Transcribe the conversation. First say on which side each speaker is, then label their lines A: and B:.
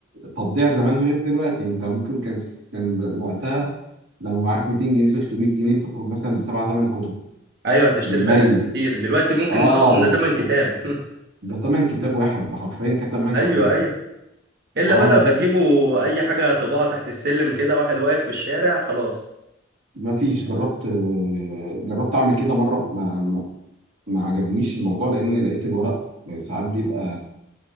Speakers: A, on the right; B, on the right.
A: تبضيع زمان غير دلوقتي انت ممكن كان كان وقتها لو معاك 200 جنيه 300 جنيه تخرج مثلا بسبعة ثمان كتب
B: ايوه هتشتري
A: بالميت
B: فيها حاجات كتير دلوقتي ممكن
A: اه
B: ده اصلا ده تمن كتاب
A: و- ده ثمن كتاب واحد ده حرفيا كان
B: <laughs>
A: ثمن
B: ايوه
A: كتاب
B: ايوه الا
A: اه
B: بقى لو
A: انا كنت
B: هتجيبوا اي حاجه طباعه تحت السلم كده واحد واقف في الشارع خلاص
A: ما فيش جربت آه، جربت اعمل كده مره ما ما ما عجبنيش الموضوع لان لقيت الورق ساعات بيبقى